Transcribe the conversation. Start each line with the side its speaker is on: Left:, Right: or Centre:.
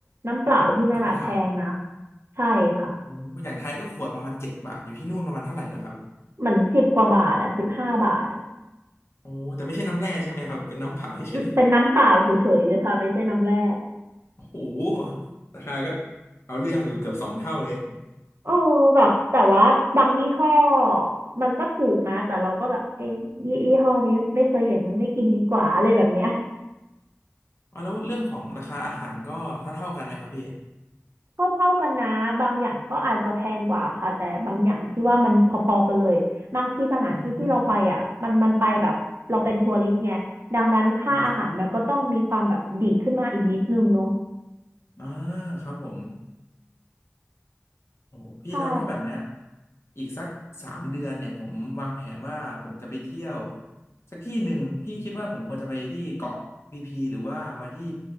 Right: น้ำเปล่าที่นั่นน่ะแพงนะ
Left: น้ำเปล่า
Right: ใช่ค่ะ
Left: โอ้อย่างไทยก็ขวดประมาณเจ็ดบาทอยู่ที่นู่นประมาณเท่าไหร่แล้วครับ
Right: เหมือนสิบกว่าบาทอะสิบห้าบาทอะ
Left: โอ้แต่ไม่ใช่น้ำแร่ใช่ไหมครับเป็นน้ำเปล่าเฉย
Right: อืมเป็นน้ำเปล่าเฉยๆเลยค่ะไม่ใช่น้ำแร่
Left: ๆโอ้โหราคาก็เอาเรื่องอยู่เกือบสองเท่าเลย
Right: เออแบบแต่ว่าบางยี่ห้อมันก็ถูกนะแต่เราก็แบบเอ้ยยี่ยี่ห้อนี้ไม่เคยเห็นไม่กินดีกว่าอะไรแบบเนี้ย
Left: อ๋อแล้วเรื่องของราคาอาหารก็เท่าเท่ากันไหมครับพี่
Right: เท่าเท่ากันนะบางอย่างก็อาจจะแพงกว่าค่ะแต่บางอย่างที่ว่ามันพอๆกันเลยบางทีสถานที่ที่เราไปอ่ะมันมันไปแบบเราเป็นทัวริสต์ไงดังนั้นค่าอาหารมันก็ต้องมีความแบบดีดขึ้นมาอีกนิดนึงเนาะ
Left: อืมครับอ่าครับผม โอ้โหพี่แล้วถ้าแบบเนี้ย
Right: ใช่
Left: อีกสักสามเดือนเนี่ยผมวางแผนว่าผมจะไปเที่ยวสักที่หนึ่งพี่คิดว่าผมควรจะไปที่เกาะพีพีหรือว่ามาที่